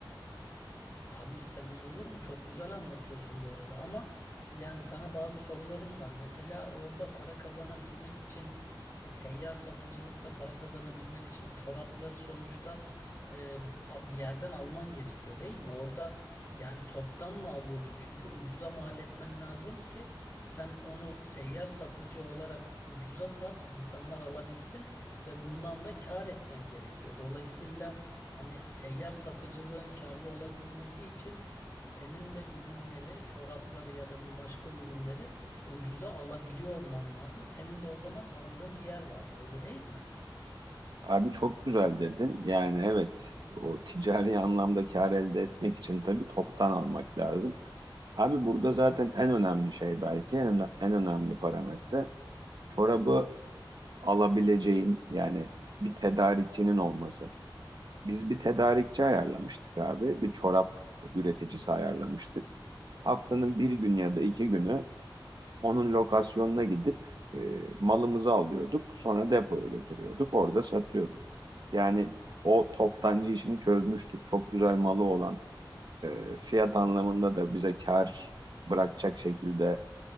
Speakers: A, on the left (about 35°); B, on the right (about 55°).
A: Abi istemez olur mu? Çok güzel anlatıyorsun bu arada ama yani sana bazı sorularım var. Mesela orada para kazanabilmek için e, seyyar satıcılıkta para kazanabilmen için o çorapları sonuçta e, a- bir yerden alman gerekiyor değil mi? Orada yani toptan mı alıyordun? Çünkü ucuza mal etmen lazım ki sen onu seyyar satıcı olarak ucuza sat, insanlar alabilsin ve bundan da kâr etmen gerekiyor. Dolayısıyla Hani seyyar satıcılığın karlı olabilmesi için senin de ürünleri, çorapları ya da bir başka ürünleri ucuza alabiliyor olman lazım. Senin de o zaman aldığın bir yer vardı, öyle değil mi?
B: Abi çok güzel dedin. Yani evet o ticari anlamda kar elde etmek için tabii toptan almak lazım. Abi burada zaten en önemli şey belki en, en önemli parametre çorabı alabileceğin yani bir tedarikçinin olması. Biz bir tedarikçi ayarlamıştık abi. Bir çorap üreticisi ayarlamıştık. Haftanın bir gün ya da iki günü onun lokasyonuna gidip e, malımızı alıyorduk. Sonra depoya götürüyorduk. Orada satıyorduk. Yani o toptancı işini çözmüştük. Çok güzel malı olan e, fiyat anlamında da bize kar bırakacak şekilde